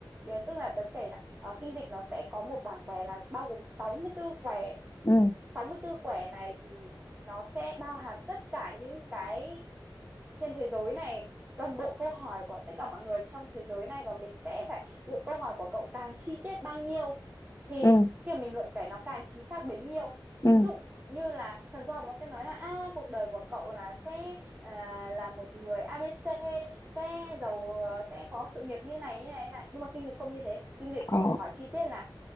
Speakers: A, on the right; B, on the left.
A: Ờ, tức là tớ kể là ờ, kinh dịch nó sẽ có một bảng quẻ là bao gồm 64 quẻ
B: ừ.
A: 64 quẻ này thì nó sẽ bao hàm tất cả những cái trên thế giới này toàn bộ câu hỏi của tất cả mọi người trong thế giới này và mình sẽ phải lựa câu hỏi của cậu càng chi tiết bao nhiêu thì
B: Ừ.
A: khi mà mình luận kể nó càng chính xác bấy nhiêu
B: Ừ.
A: ví dụ như là thần số học nó sẽ nói là a cuộc đời của cậu là sẽ à, là một người a ABC sẽ giàu sẽ có sự nghiệp như này như này như này nhưng mà kinh dịch không như thế kinh dịch
B: Ờ.
A: cậu hỏi chi tiết là